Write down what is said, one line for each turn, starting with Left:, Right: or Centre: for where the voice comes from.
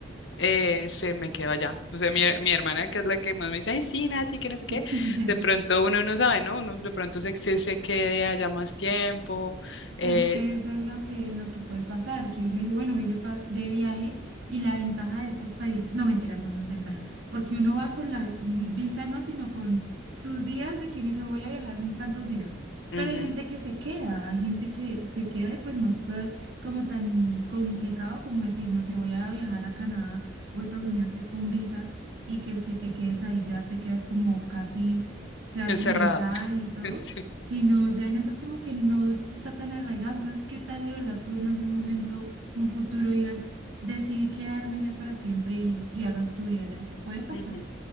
Left: eh, se me quedó allá. O sea, mi, mi hermana, que es la que más me dice, ay, sí, Nati, que no sé qué,
Right: <laughs>
Left: de pronto uno no sabe, ¿no? Uno de pronto se, se, se quede allá más tiempo, eh,
Right: Es que eso es lo que, lo que puede pasar, que uno dice, bueno, voy de, pa- de viaje y la ventaja de estos países, no mentiras, no, no es ventaja, porque uno va con la vi- mm, visa, no, sino con sus días de quien dice, voy a viajar en tantos días. Pero
Left: ujú,
Right: hay gente que se queda, hay gente que se queda y pues no está como tan complicado como decir, no sé, voy a viajar a Canadá o Estados Unidos, que es con visa, y que el que te quedes ahí ya te quedas como casi, o sea,
Left: encerrado.
Right: ilegal y todo
Left: <laughs>
Right: sino ya en eso es como que no está tan arraigado. Entonces, ¿qué tal de verdad tú en algún momento, un futuro, digas, decidí quedarme ya para siempre y, y hagas tu vida ya? Puede pasar.
Left: Sí.